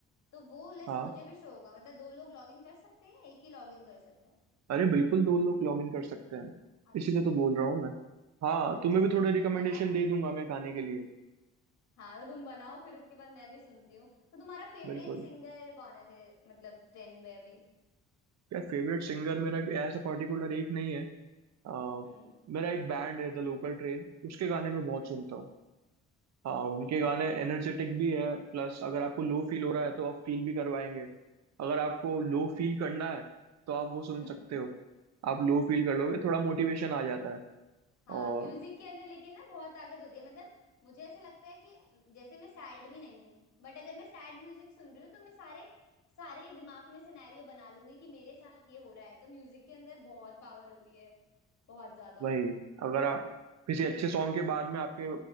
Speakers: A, on the left; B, on the right.
A: तो वो लिस्ट
B: हाँ।
A: मुझे भी शो होगा मतलब दो लोग लॉग इन कर सकते हैं या एक ही लॉग इन कर सकते हैं
B: अरे बिल्कुल दो लोग लॉग इन कर सकते हैं
A: अच्छा
B: इसीलिए तो बोल रहा हूँ मैं हाँ
A: अच्छा
B: तुम्हें भी थोड़े
A: ठीक है
B: रिकमेंडेशन
A: तुम बनाओ
B: दे दूंगा मैं गाने के लिए
A: हाँ तो तुम बनाओ फिर उसके बाद मैं भी सुनती हूँ तो तुम्हारा फेवरेट
B: बिल्कुल
A: सिंगर कौन है फिर मतलब ट्रेंड में अभी
B: क्या फेवरेट सिंगर मेरा ऐसा पर्टिकुलर एक नहीं है आ,
A: हम्म
B: मेरा एक बैंड है द लोकल ट्रेन उसके गाने मैं बहुत
A: हम्म
B: सुनता हूँ हाँ उनके
A: अच्छा
B: गाने एनर्जेटिक भी है प्लस अगर आपको लो फील हो रहा है तो आप फील भी करवाएंगे अगर आपको लो फील करना है तो आप वो सुन
A: हम्म
B: सकते हो आप लो फील कर लोगे थोड़ा मोटिवेशन आ जाता है
A: हाँ
B: और
A: म्यूजिक के अंदर लेकिन ना बहुत ताकत होती है मतलब मुझे ऐसा लगता है कि जैसे मैं सैड भी नहीं हूँ बट अगर मैं सैड म्यूजिक सुन रही हूँ तो मैं सारे सारे दिमाग में सिनेरियो बना लूंगी कि मेरे साथ ये हो रहा है तो म्यूजिक के अंदर बहुत पावर होती है बहुत ज्यादा
B: वही अगर आप किसी अच्छे सॉन्ग के बाद में आपके